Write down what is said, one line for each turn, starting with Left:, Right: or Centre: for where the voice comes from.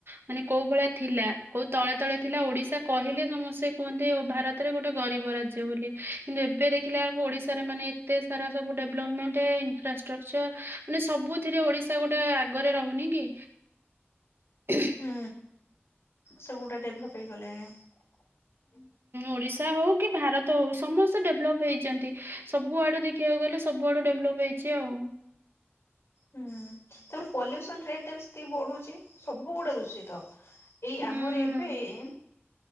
Right: ମାନେ କୋଉ ଭଳିଆ ଥିଲା କୋଉ ତଳେ ତଳେ ଥିଲା ଓଡ଼ିଶା କହିଲେ ସମସ୍ତେ କୁହନ୍ତି ଭାରତରେ ଗୋଟେ ଗରିବ ରାଜ୍ୟ ବୋଲି କିନ୍ତୁ ଏବେ ଦେଖିଲେ ଆକୁ ଓଡ଼ିଶାରେ ମାନେ ଏତେ ସାରା ସବୁ ଡେଭଲପମେଣ୍ଟ ଇନଫ୍ରାଷ୍ଟ୍ରକ୍ଚର ମାନେ ସବୁଥିରେ ଓଡ଼ିଶା ଗୋଟେ ଆଗରେ ରହୁନିକି <inaudible>
Left: ହୁଁ ସବୁୁଟା ଡେଭଲପ୍ ହେଇଗଲେଣି। ହୁଁ।
Right: ଓଡ଼ିଶା ହଉକି ଭାରତ ହଉ ସମସ୍ତେ ଡେଭଲପ୍ ହେଇଚନ୍ତି ସବୁଆଡ଼ୁ ଦେଖିବାକୁ ଗଲେ ସବୁଆଡ଼ୁ ଡେଭଲପ୍ ହେଇ ହେଇଚି ଆଉ
Left: ହୁଁ ତାପରେ ପଲ୍ୟୁସନ ରେଟ୍ ଟାବି ସେତିକି ବଢ଼ୁଚି ସବୁ ଗୁଡ଼େ ଦୂଷିତ। ଏଇ
Right: ହୁଁ
Left: ଆମର ଏବେ ଏମ୍